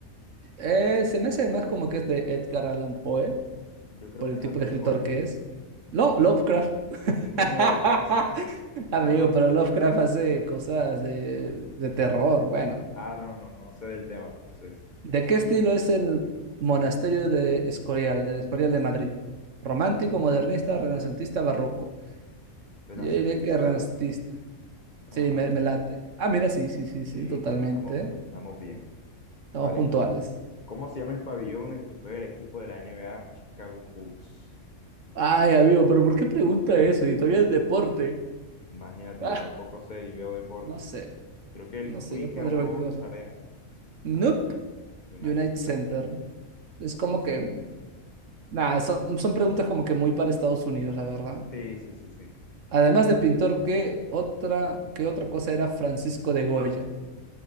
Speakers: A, on the right; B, on the left.
A: Eh, se me hace más como que es de Edgar Allan Poe,
B: Yo creo
A: por
B: que
A: el
B: es
A: tipo
B: Albert
A: de escritor
B: Cohen.
A: que es.
B: Mm,
A: No, Lovecraft. <laughs>
B: Ninguno de los dos. <laughs>
A: Amigo,
B: Estamos,
A: pero Lovecraft hace cosas de, de terror. Bueno,
B: I don't know, no sé del tema, entonces.
A: ¿de qué estilo es el monasterio de Escorial, del Escorial de Madrid? ¿Romántico, modernista, renacentista, barroco?
B: Renacentista.
A: Yo diría que renacentista.
B: Ah,
A: Sí,
B: vale,
A: me,
B: vale.
A: me late. Ah, mira, sí, sí, sí, sí,
B: Sí,
A: totalmente.
B: estamos, estamos bien.
A: Estamos
B: Vale.
A: puntuales.
B: ¿Cómo se llama el pabellón en que juega el equipo de la NBA Chicago Bulls?
A: Ay, amigo, pero ¿por qué pregunta eso? Y todavía el deporte.
B: Imagínate,
A: Ah,
B: yo tampoco sé y veo deporte.
A: no sé,
B: Creo que el
A: no sé,
B: Quick
A: yo pondré
B: and
A: cualquier
B: Loans
A: cosa.
B: Arena.
A: Nope,
B: Ah, United
A: United Center.
B: Center.
A: Es como que, nada, son, son preguntas como que muy para Estados Unidos, la verdad.
B: Sí, sí, sí, sí.
A: Además de pintor, ¿qué otra, qué otra cosa era Francisco de Goya?